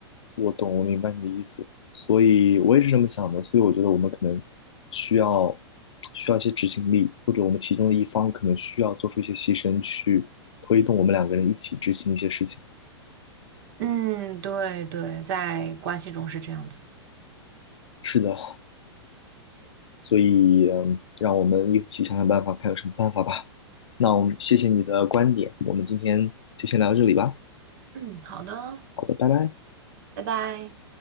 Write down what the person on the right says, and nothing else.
嗯，对对，在关系中是这样子。
嗯，好的，
拜拜。